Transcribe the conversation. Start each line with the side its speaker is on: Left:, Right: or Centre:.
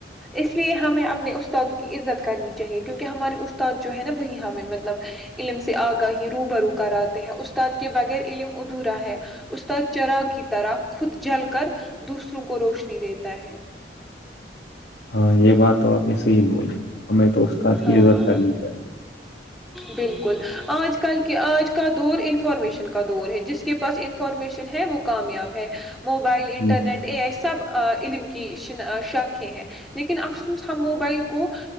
Centre: اس لیے ہمیں اپنے استادوں کی عزت کرنی چاہیے کیونکہ ہمارے استاد جو ہے نا وہی ہمیں مطلب علم سے آگاہی رو برو کراتے ہیں استاد کے بغیر علم ادھورا ہے استاد چرا کی طرح خود جل کر دوسروں کو روش نہیں ہوتا ہے
Left: ہاں یہ بات تو آپ نے صی بولے ہمیں تو استاق ہی
Centre: ہاں
Left: اظ کرنی چاہیے
Centre: بالکل آج کل کے آج کا دور انفارمیشن کا دور ہے جس کے پاس انفارمیشن ہے وہ کامیاب ہے موبائل انٹرنیٹ
Left: ہوں
Centre: ا آ سب علم کی ش شاخے ہیں لیکن افسوس ہم موبائل کو